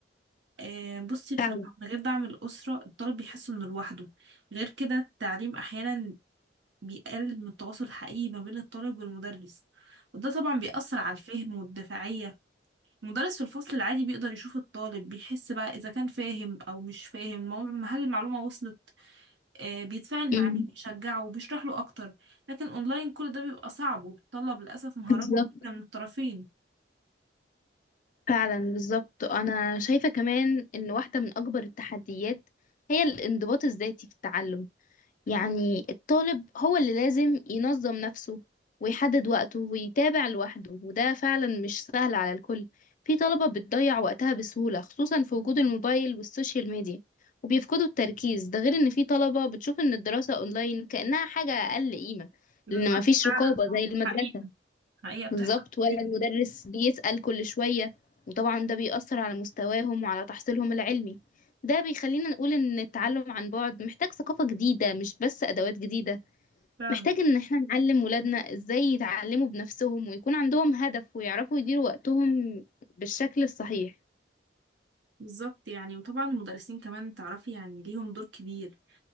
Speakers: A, on the right; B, on the left.
A: آه، بصي بصراحة
B: فعلا
A: من غير دعم الأسرة الطالب بيحس إنه لوحده غير كده التعليم أحيانا بيقلل من التواصل الحقيقي ما بين الطالب والمدرس وده طبعا بيأثر على الفهم والدفاعية المدرس في الفصل العادي بيقدر يشوف الطالب بيحس بقى إذا كان فاهم أو مش فاهم المهم- هل المعلومة وصلت آه، بيتفاعل
B: امم
A: معاه بيشجعه وبيشرح له أكتر لكن أونلاين كل ده بيبقى صعب وبيتطلب للأسف مهارات
B: بالظبط
A: كتيرة من الطرفين
B: فعلا بالظبط انا شايفه كمان ان واحده من اكبر التحديات هي الانضباط الذاتي في التعلم يعني الطالب هو اللي لازم ينظم نفسه ويحدد وقته ويتابع لوحده وده فعلا مش سهل على الكل في طلبه بتضيع وقتها بسهوله خصوصا في وجود الموبايل والسوشيال ميديا وبيفقدوا التركيز ده غير ان في طلبه بتشوف ان الدراسه اونلاين كانها حاجه اقل قيمه
A: بالظبط
B: لان مفيش
A: فعلا
B: رقابه زي
A: آه،
B: المدرسه
A: حقيقة حقيقة بتحصل
B: بالظبط ولا
A: كتير
B: المدرس بيسأل كل شوية وطبعا ده بيأثر على مستواهم وعلى تحصيلهم العلمي ده بيخلينا نقول إن التعلم عن بعد محتاج ثقافة جديدة مش بس أدوات جديدة
A: فعلا
B: محتاج إن احنا نعلم ولادنا إزاي يتعلموا بنفسهم ويكون عندهم هدف ويعرفوا يديروا وقتهم بالشكل الصحيح
A: بالظبط يعني وطبعا المدرسين كمان تعرفي يعني ليهم دور كبير